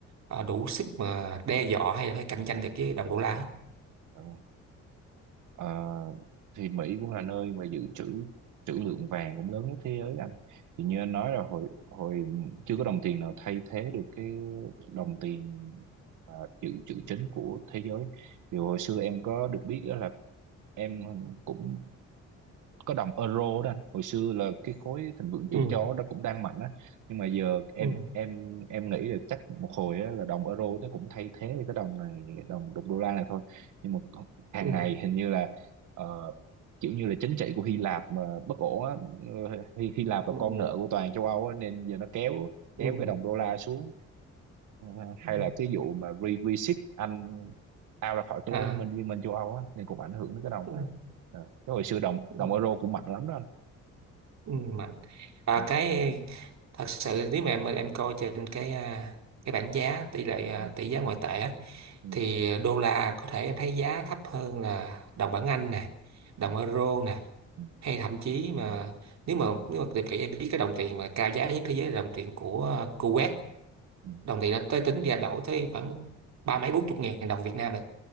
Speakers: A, on the right (about 60°); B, on the right (about 80°).
A: à, đủ sức mà đe dọa hay là phải cạnh tranh được với đồng đô la
B: ừ. Ờ, thì Mỹ cũng là nơi mà dự trữ trữ lượng vàng cũng lớn nhất thế giới anh thì như anh nói là hồi hồi chưa có đồng tiền nào thay thế được cái đồng tiền mà dự trữ chính của thế giới thì hồi xưa em có được biết đó là em cũng có đồng euro đó anh hồi xưa là cái khối thịnh vượng
A: ừ
B: chung châu Âu đó cũng đang mạnh á nhưng mà giờ em
A: ừ
B: em em nghĩ là chắc một hồi á, là đồng euro nó cũng thay thế cái đồng này đồng đồng đô la này thôi nhưng mà hàng
A: ừ
B: ngày hình như là ờ, kiểu như là chính trị của Hy Lạp mà bất ổn á Ờ, Hy, Hy Lạp là
A: ừ
B: con nợ của toàn châu Âu á, nên giờ nó kéo
A: ừ
B: kéo cái đồng đô la xuống Ờ, hay
A: ừ.
B: là cái vụ mà re reship Anh out ra khỏi cái
A: à
B: lối liên minh liên minh châu Âu á nên cũng ảnh hưởng đến cái đồng
A: ừ.
B: này Ờ, chứ hồi xưa đồng
A: ừ.
B: đồng euro cũng mạnh lắm đó anh
A: Ừ, mạnh à,
B: ừ,
A: cái thật sự nếu mà em em coi trên cái à, cái bảng giá tỷ lệ à,
B: ừ,
A: tỷ giá ngoại tệ á,
B: ừ,
A: thì đô la có thể em thấy giá thấp hơn là đồng bảng Anh nè đồng
B: dạ,
A: euro nè
B: ừ,
A: hay thậm chí mà nếu mà nếu mà tìm kỹ em biết cái đồng tiền mà cao giá nhất thế giới là đồng tiền của Kuwait
B: ừ,
A: đồng tiền nó tới tính ra đổi tới khoảng ba mấy bốn chục ngàn đồng Việt Nam là